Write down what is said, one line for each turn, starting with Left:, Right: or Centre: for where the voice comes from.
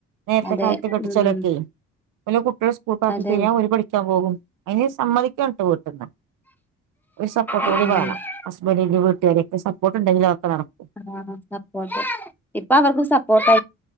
Right: നേരത്തെ
Centre: അതെ
Right: കാലത്ത കെട്ടിച്ചലൊക്കെ.
Centre: ഉം
Right: ഓലെ കുട്ടികൾ സ്കൂൾക്കാക്കി
Centre: അതെ
Right: കഴിഞ്ഞാൽ ഒല് പഠിക്കാൻ പോകും. അതിന് സമ്മതിക്കണം കേട്ട വീട്ടിൽന്ന്. ഒരു സപ്പോർട്ട്
Centre: ആഹ്
Right: കൂടി വേണം, ഹസ്ബൻഡിന്റെ വീട്ടുകാരൊക്കെ സപ്പോർട്ട്ണ്ടെങ്കിൽ അതൊക്കെ നടക്കും.
Centre: ആഹാ. ഇപ്പോ അവർക്കും സപ്പോർട്ട്,